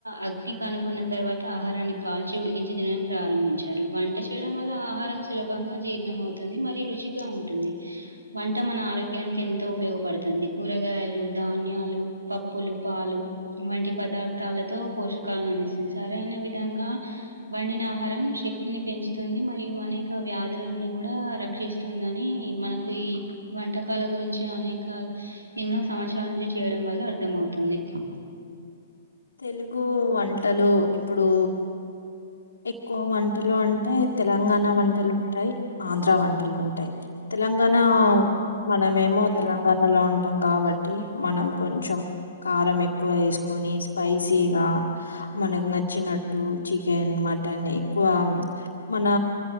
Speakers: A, on the right (about 75°); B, on the left (about 70°).
A: అగ్ని కనుకొన్న తర్వాత ఆహారాన్ని కాల్ కాల్చి ఉడికించి తినడం ప్రారంభించారు వంట చేయడం వల్ల ఆహారం సులభంగా జీర్ణం అవుతుంది మరి రుచి దిగా ఉంటుంది వంట మన ఆరోగ్యానికి ఎంతో ఉపయోగపడుతుంది కూరగాయలు, ధాన్యాలు పప్పులు పాలు వంటి పదార్థాలతో పోషకాలను అందిస్తుంది సరైన విధంగా వండిన ఆహారం శక్తిని పెంచుతుంది మరియు అనేక వ్యాధుల నుండి కూడా రక్షిస్తు తుందని మనకు ఈ వంటకాల గురించి అనేక ఎన్నో సంవత్సరాల నుంచి చేయడం వల్ల అర్థం అవుతుంది
B: తెలుగు వంటలు ఇప్పుడు ఎక్కువ వంటలు అం అంటే తెలంగాణ వంటలు ఉంటాయి ఆంధ్ర వంటలు ఉంటాయి తెలంగాణ మనమేమో తెలంగాణలో ఉంటాం కాబట్టి మనం కొంచెం కారం ఎక్కువ వేసుకొనేసి స్పైసీగా మనకు నచ్చినట్టు చికెన్ మటన్ ఎక్కువ మన